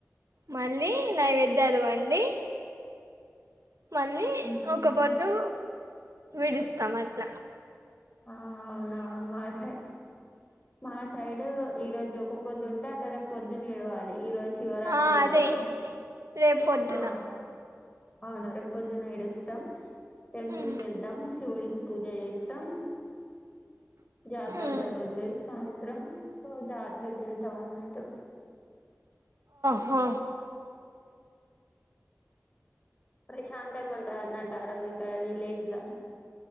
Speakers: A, on the right (about 80°); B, on the left (about 25°).
A: మళ్ళీ నైవేద్యాలు వండి మళ్ళీ
B: ఉమ్,
A: ఒక్కపొద్దూ విడుస్తామట్ల.
B: ఆ ఔనా మా చై మా సైడూ ఈరోజు ఒక్కపొద్దుం దంటె రేప్పొద్దునిడవాలి ఈ రోజ్ శివరాత్రి
A: ఆ
B: ఐతే
A: అదే రేపు పొద్దున
B: ఆ ఔను రేప్పొద్దున్న ఇడుస్ తం టెంపుల్కెళ్తాం
A: ఉమ్
B: శివ్డికి పూజ జేస్తం. జాతర
A: ఉమ్
B: జరుగుతది సాయంత్రం ఓ జాత్రకెళ్తామన్నట్టు.
A: హొ.
B: ప్రశాంతంగా ఉంటాదన్నటు ఆ రోజ్ ఇకడ విలేజ్లా